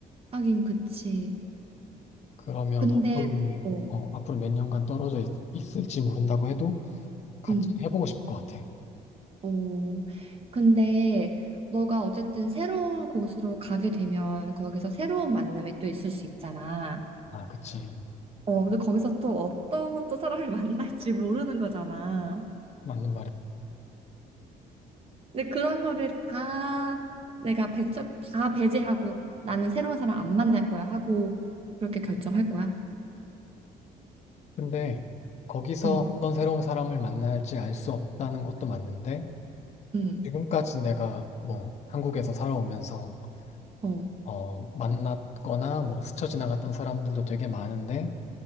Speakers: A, on the right (about 35°); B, on the left (about 45°).
A: 하긴 그치.
B: 그러면
A: 근데,
B: 앞으로의
A: 어,
B: 어, 앞으로 몇 년간 떨어져 있, 을지 모른다고 해도 같이
A: 음,
B: 해보고 싶을 것 같아.
A: 어, 근데 너가 어쨌든 새로운 곳으로 가게 되면 거기서 새로운 만남이 또 있을 수 있잖아.
B: 아, 그치.
A: 어, 근데 거기서 또 어떤 또 사람을 <laughs> 만날지 모르는 거잖아.
B: 맞는 말이야.
A: 근데 그런 거를 다 내가 배척, 다 배제하고 나는 새로운 사람 안 만날 거야 하고 그렇게 결정할 거야.
B: 근데 거기서
A: 응,
B: 어떤 새로운 사람을 만날지 알 수 없다는 것도 맞는데
A: 응,
B: 지금까지 내가 뭐 한국에서 살아오면서
A: 어,
B: 어, 만났거나 뭐 스쳐 지나갔던 사람들도 되게 많은데